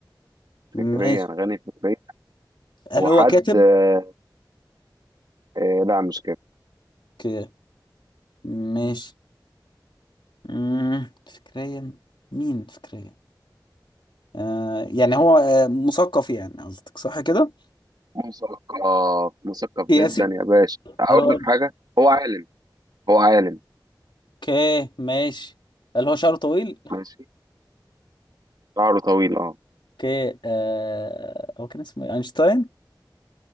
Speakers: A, on the left (about 85°); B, on the right (about 60°).
A: ماشي
B: فكريا غني فكريا
A: هل
B: وحد
A: هو كاتب
B: آه، آه، لا مش كده
A: اوكي ماشي مم. فكريا مين فكريا آه يعني هو آه مثقف يعني قصدك صح كده؟
B: مثقف مثقف جدا
A: سياسي
B: يا باشا اقول
A: قال هو
B: لك حاجه هو عالم هو عالم
A: اوكي ماشي قال هو شعره طويل
B: ماشي شعره طويل اه
A: اوكي آه هو كان اسمه إيه؟ اينشتاين